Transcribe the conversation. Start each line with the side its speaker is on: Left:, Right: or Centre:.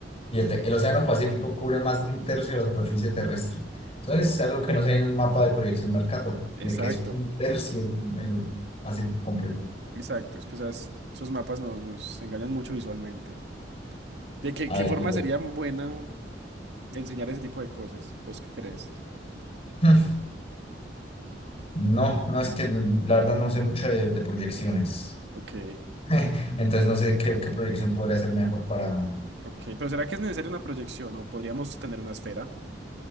Left: Fíjate, el Océano Pacífico cubre más de un tercio de la superficie terrestre. Entonces, es algo que no se ve en un mapa de proyección Mercator,
Right: Exacto.
Left: de que es un tercio el, el Pacífico completo.
Right: Exacto. Es que esas- esos mapas nos, nos engañan mucho visualmente. ¿De qué,
Left: A
Right: qué
Left: ver,
Right: forma
Left: pues, bueno.
Right: sería buena enseñar ese tipo de cosas? ¿Vos qué crees?
Left: <laughs> No, no es que la verdad no sé mucho de, de proyecciones.
Right: Ok.
Left: <laughs> Entonces, no sé qué, qué proyección podría ser mejor para.
Right: Ok. Pero ¿será que es necesaria una proyección o podríamos tener una esfera?